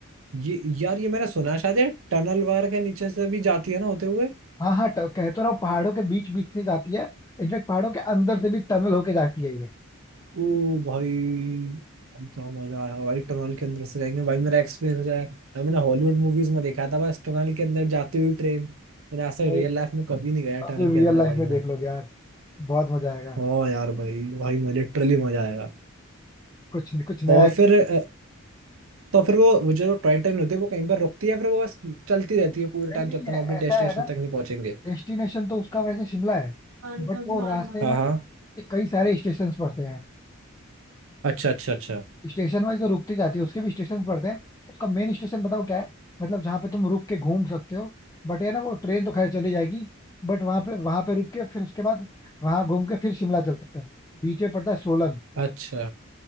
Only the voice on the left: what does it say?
हाँ हाँ ट- कह तो रहा हूँ पहाड़ों के बीच बीच से जाती है इनफेक्ट पहाड़ों के अंदर से भी टनल होके जाती है ये
नहीं
अब
तो
रियल
लाइफ
में
देख लोगे यार बहुत मजा आएगा
कुछ कुछ नया
नहीं नहीं
ऐ-
ऐसा
है ना
डेस्टिनेशन तो उसका वैसे शिमला है
बट वो रास्ते
में कई सारे स्टेशन पड़ते हैं
स्टेशन वाइज तो रुकती जाती है उसके भी स्टेशन पड़ते हैं उसका मेन स्टेशन बताओ क्या है मतलब जहाँ पे तुम रुक के घूम सकते हो बट है ना वो ट्रेन तो खैर चली जाएगी बट वहां पे वहां पे रुक के फिर उसके बाद वहां घूम के फिर शिमला चल सकते हैं बीच में पड़ता है सोलन